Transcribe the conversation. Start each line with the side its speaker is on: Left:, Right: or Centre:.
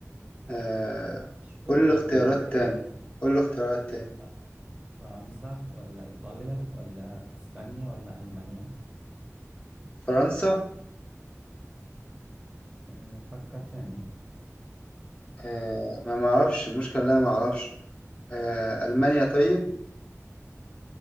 Left: آه
Right: مشهورة
Left: قول لي الاختيارات
Right: البندقية
Left: تاني قول لي الاختيارات تاني
Right: فر- فرنسا ولا إيطاليا ولا أسبانيا ولا ألمانيا
Left: فرنسا
Right: أه، فكر تاني
Left: آه ما معرفش المشكلة لا ما اعرفش آه ألمانيا طيب